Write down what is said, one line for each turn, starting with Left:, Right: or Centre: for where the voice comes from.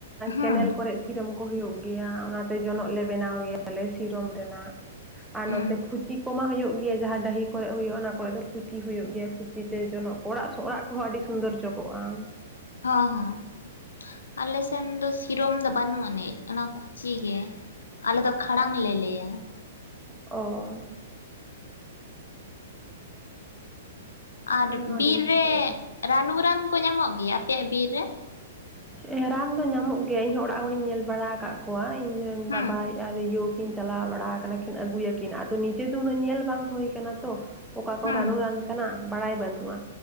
Left: ᱦᱩᱸ
Centre: ᱠᱮᱱᱮᱞ ᱠᱚᱨᱮ ᱥᱤᱨᱚᱢ ᱠᱚ ᱦᱩᱭᱩᱜ ᱜᱮᱭᱟ ᱚᱱᱟᱛᱮ ᱡᱚᱱᱚᱜ ᱞᱮ ᱵᱮᱱᱟᱣ ᱜᱮᱭᱟᱞᱮ ᱥᱤᱨᱚᱢ ᱨᱮᱱᱟᱜ ᱟᱨ
Left: ᱦᱩᱸ
Centre: ᱱᱚᱛᱮ ᱠᱷᱩᱪᱤ ᱠᱚᱢᱟ ᱦᱳᱭᱳᱜ ᱜᱮᱭᱟ ᱡᱟᱦᱟᱸ ᱰᱟᱹᱦᱤ ᱠᱚᱨᱮ ᱦᱩᱭᱩᱜ-ᱟ ᱚᱱᱟ ᱠᱚᱨᱮ ᱫᱚ ᱠᱷᱩᱪᱤ ᱦᱩᱭᱩᱜ ᱜᱮᱭᱟ ᱠᱤᱛᱟᱹ ᱡᱚᱱᱚᱜ ᱚᱲᱟᱜ ᱚᱲᱟᱜ ᱠᱚᱦᱚᱸ ᱟᱹᱰᱤ ᱥᱩᱱᱫᱚᱨ ᱡᱚᱜᱚᱜᱼᱟ
Left: ᱦᱟᱸ ᱦᱟᱸ ᱟᱞᱮ ᱥᱮᱱ ᱫᱚ ᱥᱤᱨᱚᱢ ᱫᱚ ᱵᱟᱹᱱᱩᱜ ᱟᱹᱱᱤᱡ ᱚᱱᱟ ᱠᱷᱩᱪᱤ ᱜᱮ ᱟᱞᱮ ᱫᱚ ᱠᱷᱟᱲᱟᱝ ᱞᱮ ᱞᱟᱹᱭᱟ
Centre: ᱚᱻ
Left: ᱟᱨ
Centre: ᱦᱚᱸ
Left: ᱵᱤᱨ
Centre: ᱟᱹᱰᱤ ᱱᱟᱯᱟᱭ
Left: ᱨᱮ
Centre: ᱜᱮ
Left: ᱨᱟᱱᱩᱨᱟᱱ ᱠᱚ ᱧᱟᱢᱚᱜ ᱜᱮᱭᱟ ᱟᱯᱮᱭᱟᱜ ᱵᱤᱨ ᱨᱮ
Centre: ᱨᱟᱱ ᱫᱚ ᱧᱟᱢᱚᱜ ᱜᱮᱭᱟ ᱤᱧᱦᱚᱸ ᱚᱲᱟᱜ ᱦᱚᱲᱤᱧ ᱧᱮᱞ ᱵᱟᱲᱟ ᱟᱠᱟᱫ ᱠᱚᱣᱟ ᱤᱧ ᱨᱮᱱ
Left: ᱦᱩᱸ
Centre: ᱵᱟᱵᱟᱭ ᱟᱨ ᱭᱩ ᱤᱱ ᱪᱟᱞᱟᱣ ᱵᱟᱲᱟ ᱠᱟᱱᱟ ᱠᱤᱱ ᱟᱹᱜᱩᱭᱟᱠᱤᱱ ᱟᱫᱚ ᱱᱤᱡᱮ ᱫᱚ ᱩᱱᱟᱹᱜ ᱧᱮᱞ ᱵᱟᱝ ᱦᱩᱭ ᱟᱠᱟᱱᱟ ᱛᱚ ᱚᱠᱟ ᱠᱚ
Left: ᱦᱩᱸ
Centre: ᱨᱟᱱᱩ ᱨᱟᱱ ᱠᱟᱱᱟ ᱵᱟᱲᱟᱭ ᱵᱟᱹᱱᱩᱜᱼᱟ